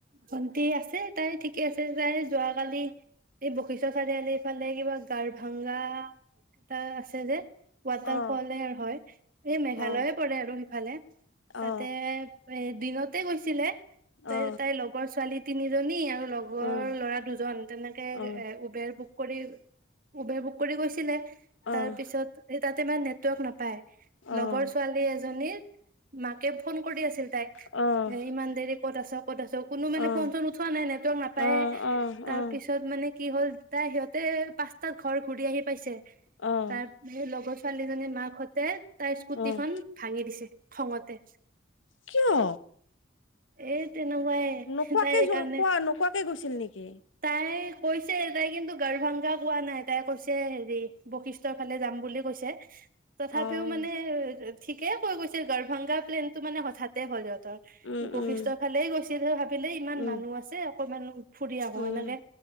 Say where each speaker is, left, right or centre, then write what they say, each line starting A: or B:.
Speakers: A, on the right; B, on the left.
A: ভণ্টি আছে। তাই ঠিকে আছে। তাই যোৱাকালি এই বশিষ্ঠৰ চাৰিআলি এইফালে কিবা গাৰ ভাংগা এটা আছে আছে যে ওৱাটাৰ
B: অ
A: ফলে হয়। এই মেঘালয়
B: অ
A: পৰে আৰু সিফালে। তাতে-
B: অ
A: এ দিনতে গৈছিলে। তাইৰ
B: অ
A: তাই লগৰ ছোৱালী'- তিনিজনী আৰু লগৰ
B: উম
A: ল'ৰা দুজন। তেনেকে
B: উম
A: এ উবেৰ বুক কৰি উবেৰ বুক কৰি গৈছিলে
B: অ',
A: তাৰ পিছত এই তাতে ইমান নেটৱৰ্ক নাপায়
B: অ',
A: লগৰ ছোৱালী এজনীৰ মাকে ফোন কৰি আছিল তাইক
B: অ',
A: ইমান দেৰি ক'ত আছ ক'ত আছ, কোনো
B: অ',
A: মানে ফোন চন উঠোৱা নাই নেটৱৰ্ক নাপায়
B: অ',
A: তাৰ পিছত মানে মানে কি হ'ল তাই সিহঁতে পাঁচটা ঘৰ ঘূৰি আহি পাইছে তাৰ
B: অ',
A: সেই লগৰ ছোৱালীজনীৰ মাকহঁতে তাইৰ স্কুটি
B: অ',
A: খন ভাঙি দিছে খঙতে
B: কিয়
A: এই তেনেকুৱাই
B: নোকোৱাকে
A: তাই
B: যোৱা
A: কাৰণে,
B: কোৱা নোকোৱাকে গৈছিল নেকি?
A: তাই কৈছে তাই কিন্তু গাৰভংগা কোৱা নাই, তাই কৈছে হেৰি বশিষ্ঠ তাই কান্দি য বুলি কৈ তথাপিও
B: অ',
A: মানে ঠিকেই কৈ গৈছিল গৰভাংগা প্লেনতটো মানে হঠাতে হ'ল সিহঁতৰ <unintelligible>
B: উম,
A: বশিষ্ঠ
B: উম,
A: সেইফালে গৈছিল ভাবিলে ইমান
B: উম,
A: মানুহ আছে অকনমান ফুৰি আহো
B: উম,
A: এনেকে